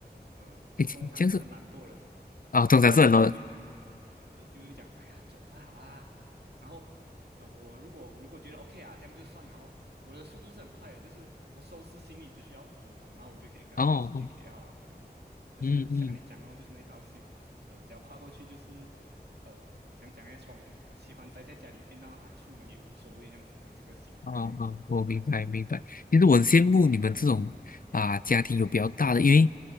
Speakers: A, on the right; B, on the left.
A: 呃，
B: 哎，
A: 我通常是很懒惰的，
B: 这样是啊，
A: 然后他们就会讲。
B: 通常是很多人
A: 所以就是讲，哎呀，走吧，好啦。然后，呃，我如果如果觉得 OK 啊，这样就算了哦。我的速度是很快的，就是我收拾行李只需要五分钟，然后我就可以跟他们一起去
B: 哦，哦
A: KL 了这样子。就是像你讲哦，
B: 嗯嗯，
A: 就是那道线，呃，只要跨过去就是，呃，讲讲哎，从喜欢宅在家里变到啊，出门也无所谓这样子的这个心态，
B: 啊啊，我明白明白。其实我很羡慕你们这种啊家庭有比较大的，因为